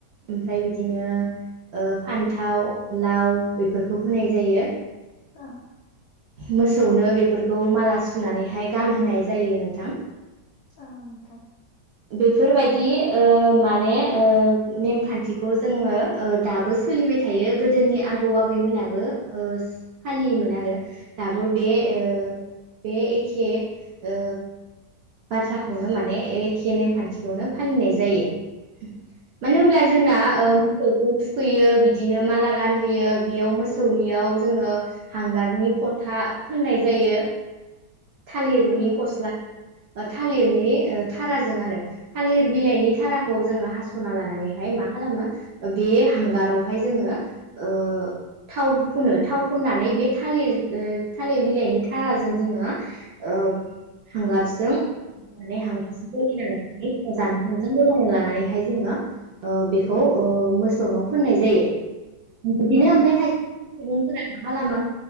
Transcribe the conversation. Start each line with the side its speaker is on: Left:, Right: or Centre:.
Right: ओमफ्राय बिदिनो फान्थाव, लाव बेफोरखौ होनाय जायो।
Left: ओं
Right: मोसौनो बेफोरखौ माला सुनानैहाय गानहोनाय जायो नोंथां
Left: औ नोंथां
Right: बेफोरबायदि ओ माने ओ नेमखान्थिखौ जोङो ओ दाबो सोलिबाय थायो गोदोनि आबौ-आबैमोनाबो ओ फालियोमोन आरो दाबो बे
Left: औ
Right: ओ बे एखे ओ बाथ्राखौनो माने एखे नेमखान्थिखौनो फालिनाय जायो। मानो होनब्ला जोंना
Left: औ
Right: मोसौखौ थुखैयो बि दिनो माला गानहोयो बेयाव मोसौनियाव जोङो हांगारनि फथा फोननाय जायो। थालिरनि
Left: औ
Right: फस्ला थालिरनि ओ थाराजों आरो थालिर बिलाइनि थाराखौ जोंङो हास'ना लानानैहाय मा खालामो बे हांगारावहाय जोंङो ओ थाव फुनो थाव फुननानै बे थालिर थालिर बिलाइनि थाराजों जोंङो ओ हांगारजों
Left: औ औ
Right: माने हांगारजों गलायना लानानै मोजांजों गलायना लानानैहाय जोङो ओ बेखौ खौ ओ‌ मोसौ नाव फोननाय जायो बिदिनो
Left: नोंथां
Right: ओमफ्राय खायसे सुबुंफोरा माहा लामा